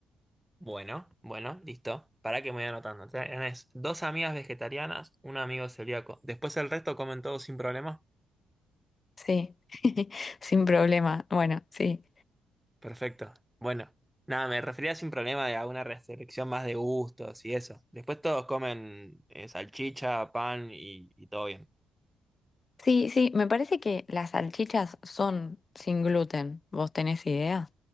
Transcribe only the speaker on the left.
Sí, <laughs> sin problema. Bueno, sí.
Sí, sí, me parece que las salchichas son sin gluten. ¿Vos tenés idea?